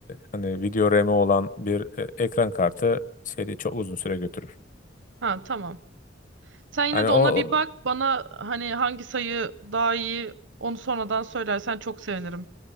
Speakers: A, on the left; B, on the right.
A: hani video RAM'i olan bir e, ekran kartı seri çok uzun süre götürür.
B: Ha tamam. Sen yine
A: Hani
B: de
A: o
B: ona
A: o-
B: bir bak. Bana hani hangi sayı daha iyi onu sonradan söylersen çok sevinirim.